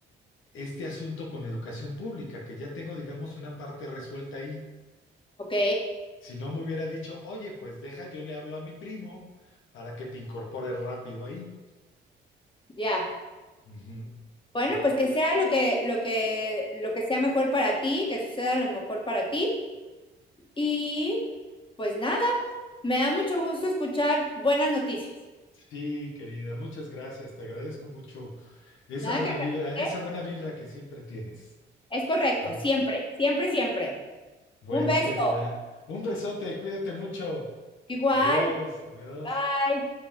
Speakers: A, on the left; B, on the left.
A: este asunto con educación pública, que ya tengo, digamos, una parte resuelta ahí.
B: Ok,
A: Si no me hubiera dicho, oye, pues deja, yo le hablo a mi primo para que te incorpores rápido ahí.
B: ya.
A: Ujú.
B: Bueno,
A: Entonces,
B: pues que sea lo que, lo que, lo que sea mejor para ti, que suceda lo mejor para ti. Y pues nada, me da mucho gusto escuchar buenas noticias.
A: sí, querida, muchas gracias. Te agradezco mucho esa
B: Nada
A: buena
B: que agradecer.
A: vibra, esa buena vibra que siempre tienes.
B: Es correcto,
A: ¿eh?
B: siempre, siempre, siempre.
A: Bueno,
B: Un beso.
A: querida, un besote, cuídate mucho.
B: Igual.
A: Adiós, adiós.
B: Bye.